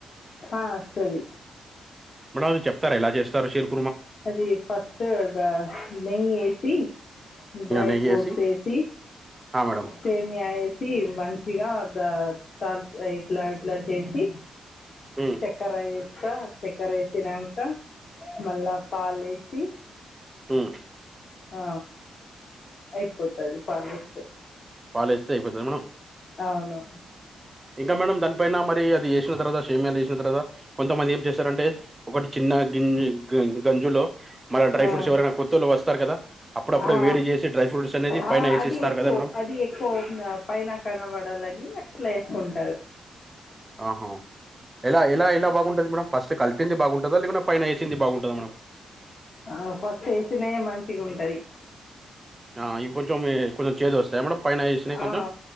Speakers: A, on the left; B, on the right.
A: ఆ వస్తది
B: మేడం అది చెప్తారా ఎలా చేస్తారో షీర్ కు
A: అది ఫస్ట్ దా నెయ్యి ఏసి డ్రై
B: నెయ్యేసి
A: ఫ్రూట్స్ ఏసి
B: ఆ మేడం
A: సేమియ యేసి మంచిగా ద టార్ ఇట్లా ఇట్లా చేసి
B: ఉమ్,
A: చక్కెర ఎస్తా చక్కెర ఎస్ తినంక మళ్ళా పాలేసి
B: హ్మ్
A: ఆ అయిపోతది పాలేస్తే
B: పాలేస్తే అయిపోతదా మేడం
A: అవును
B: ఇంకా మేడం దానిపైన మరి అది ఏసిన తర్వాత సేమియాలు ఏసిన తర్దా కొంతమంది ఏం చేస్తారంటే ఒకటి చిన్న గింజి గంజులో మళ్ళ డ్రై
A: ఆ
B: ఫ్రూట్స్ ఎవరైనా కొత్తోళ్ళు వస్తారు కదా అప్పుడప్పుడే
A: ఆ
B: వేడి చేసి డ్రై ఫ్రూట్స్ అనేది
A: ఆ
B: పైన వేసిస్తారు
A: అది ఎకు
B: కదా మేడం
A: అది అది ఎక్కువ పైన కనబడాలని అట్లా ఏసుకుంటారు
B: ఆహా ఎలా ఎలా ఎలా బాగుంటది మేడమ్ ఫస్ట్ కల్ ప్పింది బాగుంటదా లేకున్డా పైన ఏసింది బాగుంటది మేడమ్
A: ఆ ఫస్ట్ ఏసినఏ మంచిగ ఉంటది
B: ఆ ఇవి కొంచెం కొంచెం చేదు వస్తాయా మేడం పైన వేసినవి కొంచెం
A: ఆ